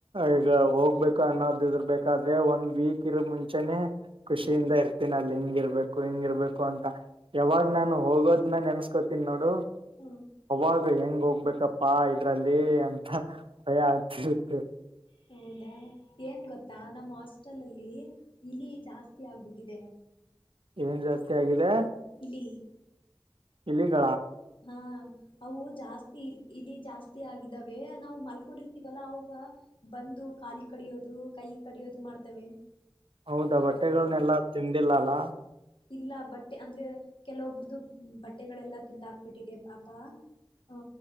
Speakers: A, on the right (about 70°); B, on the left (about 65°).
A: ಈಗ ಹೋಗ್ಬೇಕು ಅನ್ನೋದ ಇದರ್ಬೇಕಾದ್ರೆ ಒಂದ್ ವೀಕ್ ಇರ ಮುಂಚೆನೇ
B: ಹ್ಮ್
A: ಖುಷಿಯಿಂದ ಇರ್ತೀನ ಅಲ್ಲಿ ಹಿಂಗಿರ್ಬೇಕು ಹಿಂಗಿರ್ಬೇಕು ಅಂತ ಯಾವಾಗ್ ನಾನು ಹೋಗೋದ್ನ ನೆನ್ಸ್ ಕೋತನಿ ನೋಡು
B: ಹ್ಮ್
A: ಅವಾಗ ಹೆಂಗ ಹೋಗ್ಬೇಕಪ್ಪಾ ಇದ್ರಲ್ಲಿ ಅಂತ <unintelligible>
B: ಹೌದಾ ಏನ್ ಗೊತ್ತಾ ನಮ್ ಹಾಸ್ಟೆಲ್ ಅಲ್ಲಿ ಇಲಿ ಜಾಸ್ತಿ ಆಗ್ಬಿಟ್ಟಿದೆ
A: ಏನ್ ಜಾಸ್ತಿ ಆಗಿದೆ
B: ಇಲಿ
A: ಇಲಿಗಳ
B: ಹಾ ಅವು ಜಾಸ್ತಿ ಇಲಿ ಜಾಸ್ತಿ ಅತಿ ಆಗಿದವೆ ನಾವು ಮಲ್ಕೊಂಡಿರ್ತೀವಲ್ಲ ಅವಾಗ ಬಂದು ಕಾಲಿಗ್ ಕಡಿಯೋದು ಕೈ ಕಡಿಯೋದು ಮಾಡ್ತವಿ
A: ಹೌದಾ ಬಟ್ಟೆಗಳನ್ನ ಎಲ್ಲಾ ತಿಂದಿಲ್ಲ ಅಲ್ಲ
B: ಇಲ್ಲ ಬಟ್ಟೆ ಅಂದ್ರೆ ಕೆಲವೊಬ್ರ್ದ ಬಟ್ಟೆಗಳೆಲ್ಲಾ ತಿಂದಾಕ್ಬಿಟ್ಟಿದೆ ಪಾಪ ಹ